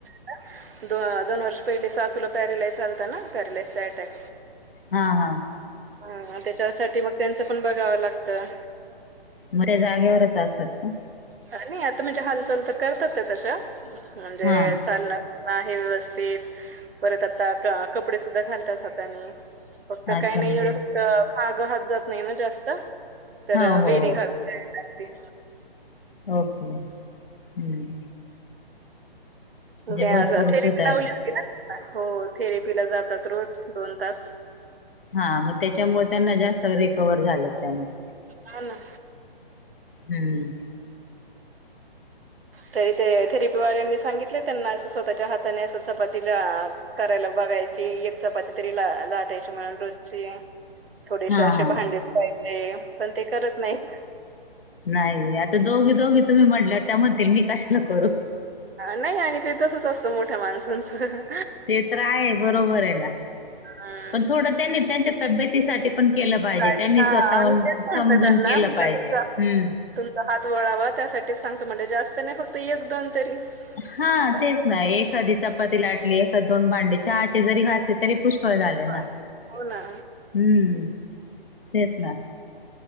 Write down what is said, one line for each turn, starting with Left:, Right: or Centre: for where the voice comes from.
Right: द -दोन वर्ष पहिले, सासूला पॅरालिसिसस आलता ना, पॅरालिसिसचा अटॅक,
Left: हा, हा
Right: हा, त्याच्यासाठी मग त्यांचं पण, बघावं लागतं.
Left: मग, त्या जागेवरच असतात का?
Right: नाही, आता म्हणजे, हालचाल तर करतात तशा, म्हणजे
Left: हा
Right: चालणार, हे, व्यवस्थित परत आता, कपडे सुद्धा घालतात हातानी, फक्त,
Left: अच्छा
Right: काही नाही
Left: म्हणजे
Right: एवढं फक्त माग हात जात नाही ना, जास्त तर
Left: हो हो
Right: वेनी घालून, काय सांगते?
Left: ओके, हम्म.
Right: म्हणजे
Left: भरपूर
Right: आज थेरीपी
Left: सुधार
Right: लावली होती ना? हो, थेरेपीला जातात रोज, दोन तास.
Left: हा, मग त्याच्यामुळे त्यांना जास्त रिकव्हर झालं त्यामुळे
Right: हा ना.
Left: हम्म.
Right: तरी ते, थेरेपी वाल्यांनी सांगितले त्यांना, असं स्वतःच्या हाताने असं चपातीला <unintelligible> करायला बघायची, यक चपाती तरी ला-लाटायची म्हणून रोजची. थोडेशे
Left: हा
Right: अशे
Left: हा
Right: भांडेच पायजे, पण ते करत नाईत.
Left: नाई, आता दोघी-दोघी तुम्ही म्हंटल्यावर, त्या म्हणतील मी कशाला करू
Right: नई आणि ते तसंच असतं मोठ्या माणसांचं
Left: ते तर आहे बरोबर ए ना,
Right: हम्
Left: पण थोडं त्यांनी त्यांच्या तब्येतीसाठी पण केलं पाहिजे,
Right: साठी
Left: त्यांनी
Right: हा
Left: स्वतःहून
Right: आम्ही तेच म्हटलं
Left: समजून
Right: त्यांना
Left: केलं
Right: म्हटलं
Left: पाहिजे,
Right: तुमचा
Left: हम्म.
Right: तुमचा हात वळावा त्यासाठीच सांगतो म्हणलं, जास्त नाई फक्त एक-दोन तरी.
Left: हा
Right: बस
Left: तेच ना, एखादी चपाती लाटली, एखादं दोन भांडे चहाचे जरी घासले तरी पुष्क सोय झाली ना,
Right: बस हो ना
Left: हम्म तेच ना